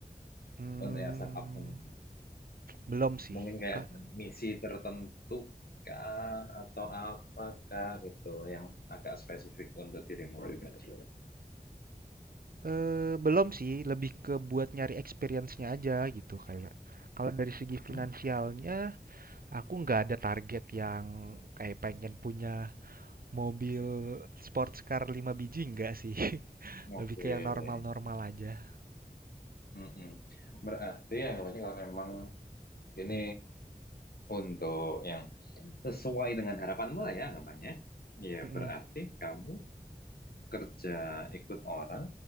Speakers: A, on the right; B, on the left.
A: Hmm,
B: untuk yang startup ini?
A: belum sih.
B: Mungkin kayak
A: Ka
B: ada misi tertentu kah atau apakah gitu yang agak spesifik untuk dirimu pribadi?
A: eh belum sih, lebih ke buat nyari experience-nya aja gitu kayak. Kalau dari segi
B: Hmm,
A: finansialnya Aku nggak ada target yang kayak pengen punya mobil sports car 5 biji nggak sih. <laughs>
B: Oke.
A: Lebih ke yang normal-normal aja.
B: Mm-mm. Berarti yang namanya kalau memang ini untuk yang Sesuai dengan harapanmu lah ya anggapannya. Ya,
A: Mm-mm.
B: berarti kamu kerja ikut orang,